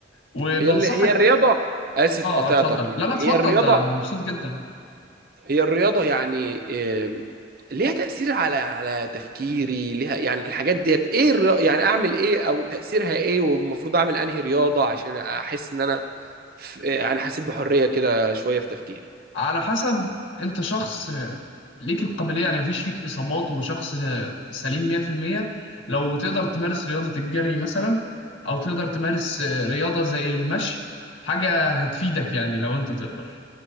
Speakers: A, on the left (about 85°); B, on the right (about 50°).
A: وبنصحك
B: هي اللي هي الرياضه اسف
A: اه
B: قطعتك
A: اتفضل
B: يعني
A: لا لا اتفضل
B: هي الرياضه
A: ده مبسوط جدا
B: هي الرياضه يعني إم، ليها تاثير على على تفكيري ليها يعني الحاجات ديت ايه الري... يعني اعمل ايه او تاثيرها ايه والمفروض اعمل انهي رياضه عشان احس ان انا في... يعني حسيت بحريه كده شويه في تفكيري
A: على حسب انت شخص ليك القابلية يعني مفيش فيك إصابات وشخص سليم 100% لو تقدر تمارس رياضة الجري مثلا أو تقدر تمارس رياضة زي المشي حاجة هتفيدك يعني لو انت تقدر